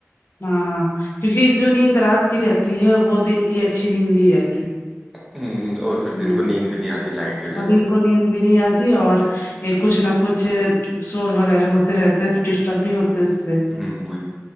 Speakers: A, on the left; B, in the centre.
A: ہاں کیونک جو نیند رات کی رہتی ہے وہ دن کی اچھی نیند نہیں رہتی
B: ہ اور
A: ہ
B: پھر دن کو نیند بھی نہیں آتی لائٹ وجہ
A: اب
B: سے
A: ان کو نیند بھی نہیں آتی اور یہ کچھ نا کچھ شور وغیرہ ہوتے رہتے ہیں تو ڈسٹرب بھی ہوتے اس سے
B: ہ وہ